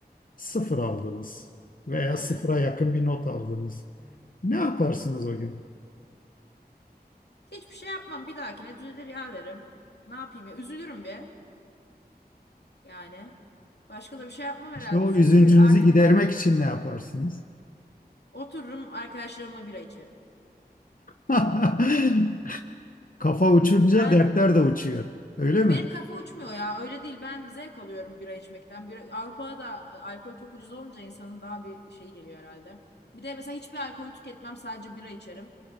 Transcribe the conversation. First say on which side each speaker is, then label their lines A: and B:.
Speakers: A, on the left; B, on the left.
A: sıfır aldınız veya
B: Evet.
A: sıfıra yakın bir not aldınız. Ne yaparsınız o gün?
B: Hiçbir şey yapmam. Bir dahakine düzelir ya derim. Ne yapayım ya? Üzülürüm bir. Yani. Başka da bir şey yapmam herhalde.
A: İşte o
B: Çünkü
A: üzüntünüzü
B: artık
A: gidermek için ne yaparsınız?
B: Otururum arkadaşlarımla bira içerim.
A: <laughs> Kafa uçunca
B: Ben
A: dertler de uçuyor. Öyle
B: benim
A: mi?
B: kafa uçmuyor ya öyle değil ben zevk alıyorum bira içmekten. Bir, Avrupa'da da alkol çok ucuz olunca insanın daha bir şeyi geliyor herhalde. Bir de mesela hiçbir alkol tüketmem sadece bira içerim.